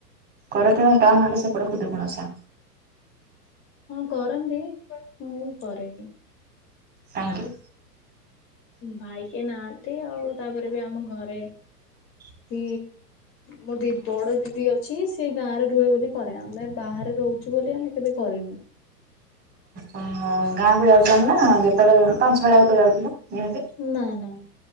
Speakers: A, on the right; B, on the left.
A: କରନ୍ତୀ ନା ଟାଉନ୍ ଆଡେ ସେପଟେ ଖୁଦୁରୁକୁଣି ଓଷା।
B: ହଁ କରନ୍ତି ବଟ୍ ମୁଁ କରେନି।
A: କାହିଁକି?
B: ଭାଇ କେହିଁ ନାହାନ୍ତି ଆଉ ତାପରେ ବି ଆମ ଘରେ
A: <inaudible>
B: କି ମୋ ଦି ବଡ ଦିଦି ଅଛି ସେିଏ ଗାଁ ରେ ରୁହେ ବୋଲି କରେ ଆମେ ବାହାରେ ରହୁଛୁ ବୋଲି ଆମେ କେବେ କରିନୁ।
A: ଓ ଗାଁ କୁ ଯାଉଛନ୍ତି ନା ଯେତେବେଳେ ପାଞ୍ଚ ବେ ଆଗକୁ ଯାଉଥିଲା ନିହାତି।
B: ନା ନା।